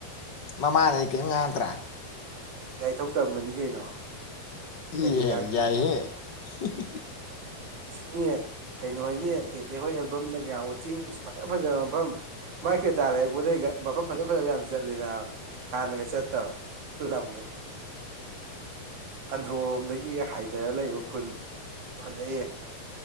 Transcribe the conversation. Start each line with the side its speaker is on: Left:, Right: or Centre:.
Left: ꯃꯃꯥꯅꯗꯤ ꯀꯔꯤꯝ ꯉꯥꯡꯇ꯭ꯔꯥ
Right: ꯒꯥꯔꯤ ꯊꯧ ꯇꯝꯕꯅꯤ ꯀꯩꯅꯣ ꯀꯔꯤ
Left: ꯏꯍꯦ
Right: ꯉꯥꯡꯗꯣꯏꯅꯣ
Left: ꯌꯥꯏꯍꯦ <unintelligible>
Right: ꯏꯁ <unintelligible> ꯀꯩꯅꯣ ꯍꯣꯏꯒꯤ ꯇꯦꯄꯦ ꯍꯣꯏ ꯑꯦꯜꯕꯝꯗꯒ ꯌꯥꯎꯕ ꯆꯤꯡ ꯐꯖ ꯐꯖꯕ ꯃꯐꯝ ꯃꯥꯏ ꯀ꯭ꯔꯦꯇꯥ ꯂꯩꯔꯛꯄꯗꯩ ꯃꯐꯝ ꯐꯖ ꯐꯖꯕ ꯌꯥꯝ ꯆꯠꯂꯦꯅ ꯍꯥꯟꯅꯒ ꯆꯠꯇꯕ ꯂꯝꯒ ꯑꯟꯗ꯭ꯔꯣꯔꯣꯝꯗꯒꯤ ꯍꯥꯏꯊꯔ ꯂꯩꯕ ꯈꯨꯟ ꯐꯖꯩꯌꯦ